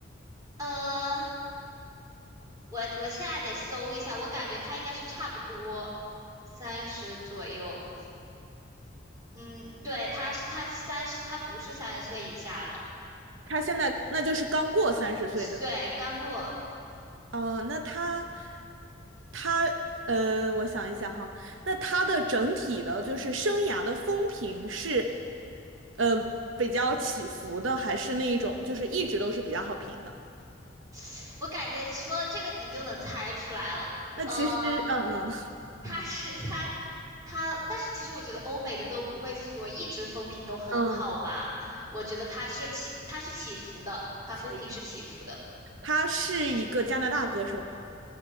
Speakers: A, on the right (about 20°); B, on the right (about 85°).
A: 呃，我我现在得搜一下，我感觉他应该是差不多三十左右。嗯，对，他是它三十，他不是三十岁以下了。
B: 他现在那就是刚过三十岁的。
A: 是对，干货，
B: 呃，那他，他，呃，我想一想哈，那他的整体的，就是生涯的风评是，呃，比较起伏的，还是那一种，就是一直都是比较好评的？
A: <sucks teeth> 我感觉说了这个你就能猜出来了。
B: 那其实
A: 呃，
B: <laughs>，嗯嗯
A: 他是他他，但是其实我觉得欧美的都不会说一直风评都很好吧？
B: <laughs> 嗯，
A: 我觉得他是起他是起伏的，他风评是起伏的，
B: 可以。他是一个加拿大歌手吗？